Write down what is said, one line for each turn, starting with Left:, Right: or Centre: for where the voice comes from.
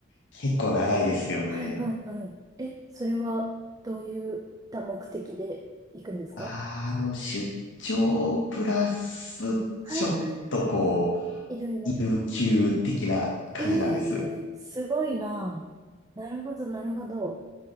Left: 結構長いですよね。
Right: はいはいはい。え、それはどういった目的で行くんですか
Left: あの、出張プラス、
Right: はいはいはい。
Left: ちょっとこう、
Right: いろいろ。
Left: 有給的な感じなんです。
Right: えー、すごいな。なるほどなるほど。